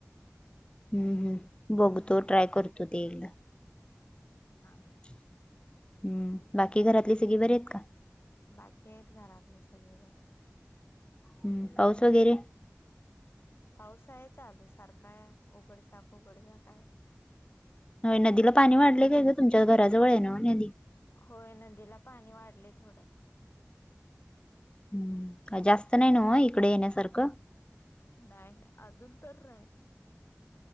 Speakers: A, on the left (about 20°); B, on the left (about 50°).
A: हम्म हम् बघतो ट्राय करतो ते एकदा
B: हा
A: हम्म बाकी घरातली सगळी बर आहेत का?
B: बाकी आहेत घरातले सगळे बरे
A: हम्म पाऊस वगैरे
B: पाऊस आहे चालू सारखा उघडझक उघडझक आहे.
A: नदीला पाणी वाढले काय का तुमच्या घराजवळ आहे ना नदी
B: होय नदीला पाणी वाढले थोडं.
A: हम्म का जास्त नाही ना इकडे येण्यासारखं
B: नाही नाही अजून तर नाही.